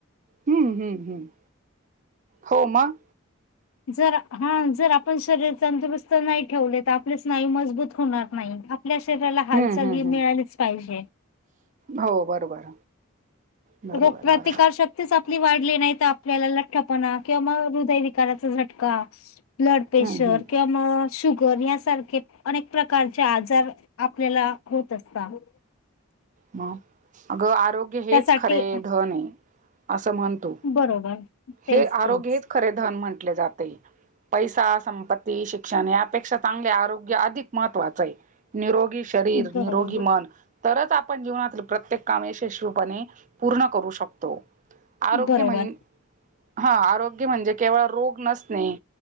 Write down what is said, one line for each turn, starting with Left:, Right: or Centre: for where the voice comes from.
Right: हम्म हम्म हम्म हो मग..
Left: जर हा जर आपण शरीर तंदुरुस्त नाही ठेवले तर आपले स्नायू मजबूत होणार नाहीत ना आपल्या शरीराला हालचाल
Right: हम्म हम्म
Left: ही
Right: हम्म
Left: मिळालीच पाहिजे
Right: हो बरोबर बरोबर
Left: रोगप्रतिकार
Right: बरोबर
Left: शक्त शक्तीच आपली वाढली नाही तर आपल्याला लठ्ठपणा किंवा मग हृदयविकाराचा झटका ब्लड प्रेशर
Right: हम्म हम्म.
Left: किंवा - म शुगर यासारखे अनेक प्रकारचे आजार आपल्याला होत असतात
Right: मग अगं आरोग्य हेच
Left: त्यासाठी
Right: खरे धन आहे असं म्हणतो
Left: बरोबर.. तेच
Right: हे आरोग्य
Left: तेच
Right: हेच खरे धन म्हटले जाते पैसा, संपत्ती, शिक्षण यापेक्षा चांगले आरोग्य अधिक महत्वाचं आहे निरोगी शरीर,
Left: बरोबर
Right: निरोगी मन तरच आपण जीवनातील प्रत्येक कामे यशस्वीपणे पूर्ण करू शकतो आरोग्य
Left: बरोबर
Right: म्हण हा आरोग्य म्हणजे केवळ रोग नसणे